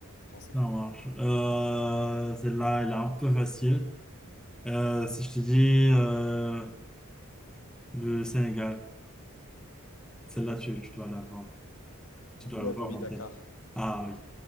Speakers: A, on the left; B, in the centre.
A: français.
B: ça marche. Euh, celle-là, elle est un peu facile. Euh, si je te dis euh, le Sénégal, celle-là, tu, tu dois l'avoir, Tu dois
A: Ouais,
B: la voir
A: bah oui,
B: en
A: Dakar.
B: tête. Ah oui,